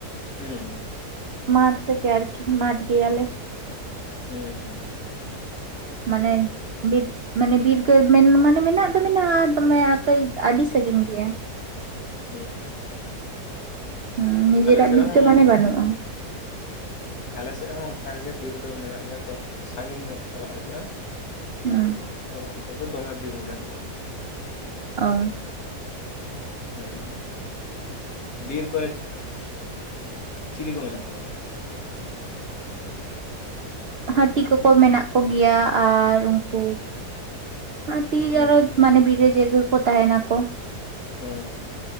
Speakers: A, on the left; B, on the right.
A: ᱦᱩᱸ ᱾
B: ᱢᱟᱴ ᱨᱮᱜᱮ ᱟᱨᱠᱤ ᱢᱟᱴᱷ ᱜᱮᱭᱟᱞᱮ ᱾
A: ᱦᱮᱸ ᱦᱮᱸ ᱦᱩᱸ ᱾
B: ᱢᱟᱱᱮ ᱵᱤᱨ ᱢᱟᱱᱮ ᱵᱤᱨ ᱜᱮ ᱢᱮᱱ ᱢᱟᱱᱮ ᱢᱮᱱᱟᱜ ᱫᱚ ᱢᱮᱱᱟᱜᱼᱟ ᱫᱚᱢᱮ ᱠᱟᱹᱭ ᱟᱹᱰᱤ ᱥᱟᱺᱜᱤᱧ ᱜᱮᱭᱟ ᱾
A: ᱦᱩᱸ ᱦᱩᱸ ᱾
B: ᱦᱮᱸ, ᱱᱤᱡᱮᱨᱟᱜ
A: ᱥᱮᱫ
B: ᱵᱩᱡ
A: ᱦᱚᱸ
B: ᱫᱚ ᱢᱟᱱᱮ ᱵᱟᱹᱱᱩᱜᱼᱟ ᱾
A: ᱟᱞᱮ ᱥᱮᱫ ᱦᱚᱸ ᱚᱱᱠᱟ ᱜᱮ ᱵᱤᱨ ᱫᱚ ᱢᱮᱱᱟᱜ ᱜᱮᱭᱟ, ᱛᱚ ᱥᱟᱺᱜᱤᱧ ᱧᱚᱜ ᱪᱟᱞᱟᱜ ᱦᱩᱭᱩᱜᱼᱟ ᱾
B: ᱦᱩᱸ ᱾
A: ᱛᱚ ᱚᱱᱛᱮ ᱫᱚᱢᱮ ᱵᱤᱨ ᱢᱮᱱᱟᱜ ᱜᱮᱭᱟ ᱾
B: ᱚ ᱾
A: ᱦᱩᱸ, ᱵᱤᱨ ᱠᱚᱨᱮ ᱪᱤᱞᱤ ᱠᱚ ᱢᱮᱱᱟᱜ ᱠᱚᱣᱟ?
B: ᱦᱟᱹᱛᱤ ᱠᱚᱠᱚ ᱢᱮᱱᱟᱜ ᱠᱚ ᱜᱮᱭᱟ ᱟᱨ ᱩᱱᱠᱩ ᱛᱤᱨ
A: ᱦᱩᱸ
B: ᱟᱨᱚ ᱢᱟᱱᱮ ᱵᱤᱨ ᱨᱮ ᱡᱮ ᱠᱚ ᱛᱟᱦᱮᱱᱟ ᱠᱚ ᱾
A: ᱦᱮᱸ ᱦᱮᱸ᱾